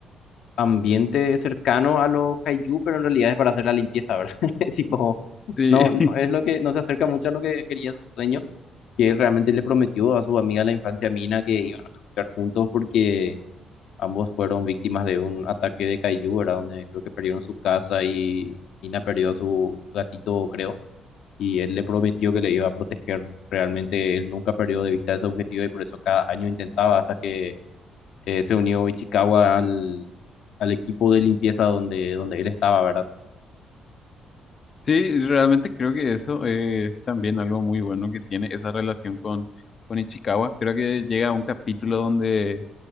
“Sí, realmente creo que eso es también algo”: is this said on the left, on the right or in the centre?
Left